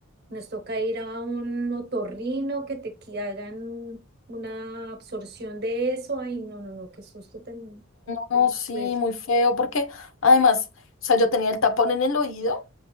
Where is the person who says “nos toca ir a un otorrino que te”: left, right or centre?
Right